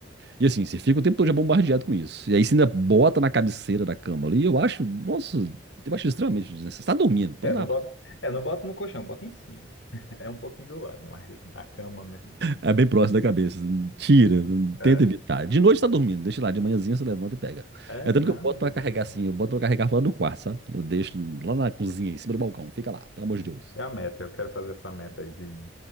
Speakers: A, on the right; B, on the left.
A: E assim, você fica o tempo todo já bombardeado com isso. E aí você ainda bota na cabeceira da cama ali, eu acho, nossa, eu acho extremamente desnecessário. Você tá dormindo, põe
B: É, eu
A: lá.
B: não boto, é, eu não boto no colchão, eu boto em cima. <laughs> É um pouquinho do lado, mas na cama mesmo.
A: É bem próximo da cabeça. Tira,
B: É,
A: tenta evitar. De noite tá dormindo, deixa lá. De manhãzinha você levanta e pega.
B: é
A: É
B: não,
A: tanto que eu boto
B: é de
A: pra
B: boa.
A: carregar assim, eu boto pra carregar fora do quarto, sabe? Eu deixo lá na cozinha, em cima do balcão. Fica lá, pelo amor de Deus.
B: É a meta, eu quero fazer essa meta aí de,